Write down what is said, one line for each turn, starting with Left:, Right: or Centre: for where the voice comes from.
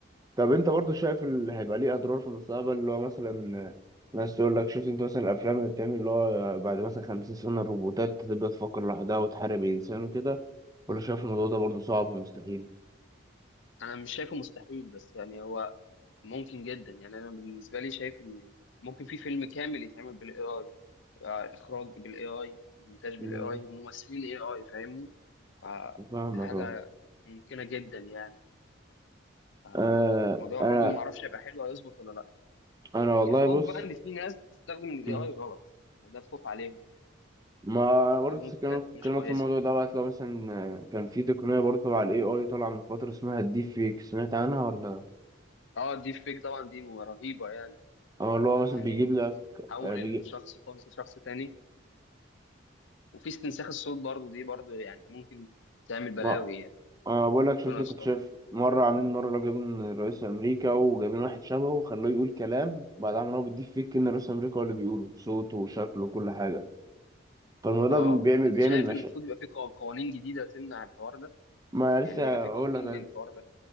Right: طب انت برضو شايف اللي هيبقى ليه اضرار في المستقبل اللي هو مثلا بس تقول لك شفت انت مثلا الافلام اللي بتعمل اللي هو بعد مثلا 50 سنه الروبوتات تبدا تفكر لوحدها وتحارب الانسان وكده ولا شايف الموضوع ده برضه صعب ومستحيل
Left: أنا مش شايفه مستحيل بس يعني هو ممكن جدا يعني انا بالنسبه لي شايف ان ممكن في فيلم كامل يتعمل بالاي اي اخراج بالاي اي مونتاج
Right: مم.
Left: بالاي اي وممثلين اي اي فاهمني فدي
Right: فاهمك
Left: حاجه
Right: اه
Left: ممكنه جدا يعني فالموضوع
Right: آه، انا
Left: برضو ما اعرفش هيبقى حلو هيظبط ولا لا
Right: انا والله
Left: الخوف
Right: بص
Left: بقى ان في ناس بتستخدم الاي
Right: مم.
Left: اي غلط ده الخوف عليهم يعني
Right: ما انا برضه
Left: بيستخدموه
Right: لسه
Left: في
Right: كلامك
Left: حاجات مش
Right: كلامك
Left: كويسه
Right: في الموضوع ده وقت لو مثلا آه، كان في تقنيه برضه تبع الاي اي طالعه من فتره اسمها الديب فيك سمعت عنها ولا
Left: اه الديب فيك طبعا دي رهيبه يعني
Right: او اللي هو مثلا
Left: يعني
Right: بيجيب لك
Left: بتحول
Right: آه، بيجي...
Left: الشخص خالص لشخص تاني وفي استنساخ الصوت برضو دي برضو يعني ممكن تعمل بلاوي
Right: مم.
Left: يعني
Right: أه بقول لك شفت
Left: ربنا يستر
Right: كنت شايف مرة عاملين مرة لو جايبين رئيس أمريكا وجايبين واحد شبهه وخلوه يقول كلام بعد عمل هو بيديه فيك إن رئيس أمريكا هو اللي بيقوله بصوته وشكله وكل حاجة فالموضوع
Left: اه
Right: ده بيعمل
Left: انت
Right: بيعمل
Left: شايف
Right: مشاكل
Left: إن المفروض يبقى في قو- قوانين جديده تمنع الحوار ده
Right: ما لسه
Left: يعني يبقى في
Right: أقول
Left: قوانين
Right: لك أنا
Left: للحوار ده